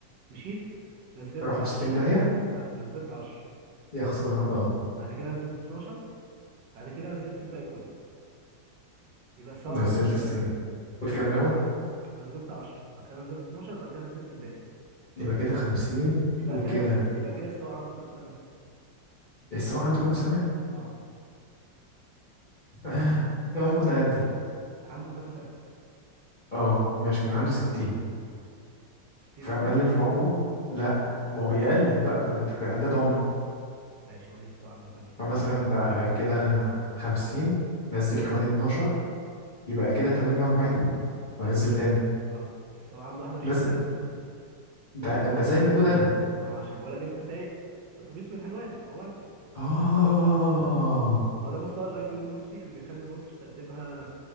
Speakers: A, on the right; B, on the left.
A: مشيت نزلت
B: راحوا
A: 10
B: في 60 داهية
A: نز... لا نزلت 10
B: يا خسارة اه
A: بعد كده نزلت 12 بعد كده نزلت الباقي كله يبقى السواق
B: نزلت
A: عنده كام سنة
B: ثانية قول كام الأول
A: نزلت 10 بعد كده نزلت 12 بعد كده نزلت الباقي
B: يبقى كده 50
A: يبقى
B: وكده
A: كده يبقى كده السواق عنده كام سنة
B: السواق عنده كام سنة؟
A: اه
B: اه ايه هيكون قدي
A: عنده كام سنة
B: اه ماشي كان عنده 60
A: 60
B: فمقلل
A: سنة
B: في عمره لا ما هو بيقلل بقى في- فبيعدد عمره
A: ماشي قول لي السواق عنده كام سنة
B: فمثلا بقى كده 50 نزل كمان 12 يبقى كده 48
A: لا
B: وانزل تاني
A: غلط السواق عنده 21
B: بس
A: سنة
B: ده ده زي ما يكون انا
A: ما هو عشان بقول لك انت سايق اتوبيس من حلوان فهو انت اسالك
B: اه
A: في الاول انت عندك كام سنة هو ده مستوى الاي كيو المصري اللي بيخلي مصر ترتيبها